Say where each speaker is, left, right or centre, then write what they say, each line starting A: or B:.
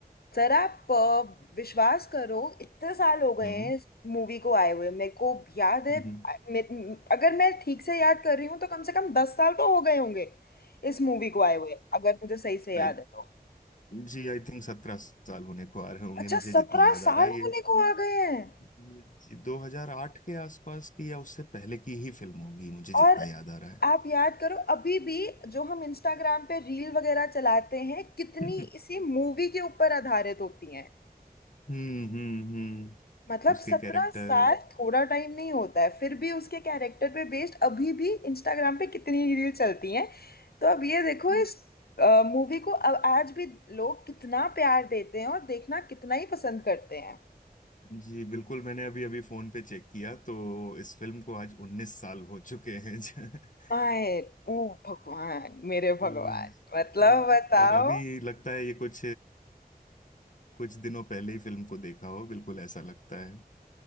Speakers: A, on the left (about 75°); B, on the left (about 55°).
A: सर आप अ, विश्वास करो इतने साल हो गए
B: हम्म
A: हैं इस मूवी को आए हुए मेरे को याद है
B: हम्म
A: अ, मे- अगर मैं ठीक से याद कर रही हूँ तो कम से कम दस साल तो हो गए होंगे इस मूवी को आए हुए अगर मुझे सही से
B: आई
A: याद है तो
B: जी आई थिंक सत्रह साल होने को आ रहे होंगे
A: अच्छा
B: मुझे
A: सत्रह
B: जितना याद
A: साल
B: आ रहा है
A: होने
B: ये
A: को आ गए हैं
B: ये जी, 2008 के आसपास की या उससे पहले की ही फिल्म होगी मुझे जितना
A: और
B: याद आ रहा है
A: आप याद करो अभी भी जो हम इंस्टाग्राम पे रील वगैरह चलाते हैं कितनी
B: <laughs>
A: इसी मूवी के ऊपर आधारित होती हैं
B: हम्म हम्म हम्म
A: मतलब
B: उसके
A: सत्रह
B: कैरेक्टर
A: साल थोड़ा टाइम नहीं होता है फिर भी उसके कैरेक्टर पे बेस्ड अभी भी इंस्टाग्राम पे कितनी रील चलती हैं तो अब ये देखो इस मूवी को अब आज भी लोग कितना प्यार देते हैं और देखना कितना ही पसंद करते हैं
B: जी बिल्कुल मैंने अभी अभी फोन पे चेक किया तो इस फिल्म को आज उन्नीस साल हो चुके हैं <laughs>
A: आए ओ भगवान मेरे भगवान
B: तो
A: मतलब बताओ
B: और अभी लगता है ये कुछ कुछ दिनों पहले ही फिल्म को देखा हो बिल्कुल ऐसा लगता है